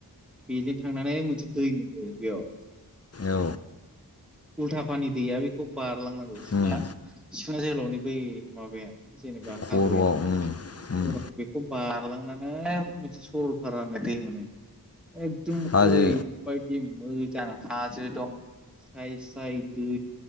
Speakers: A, in the centre; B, on the left.
A: बेजों थांनानै मोनसे दै। बेयाव।
B: औ
A: उलथा फानि दैया बेखौ बारनानै। बारलां नांगौ।
B: उम
A: सिखोना जोहोलावनि बै माबाया। जेनेबा
B: खर'आव
A: हाग्राया।
B: उम उम
A: औ बेखौ। बारलांनानै मोनसे सरलपारा होननाय दै मोनो। एगदम
B: हाजो
A: ओरै बायदि। मोजां हाजो दं स्राय स्राय दै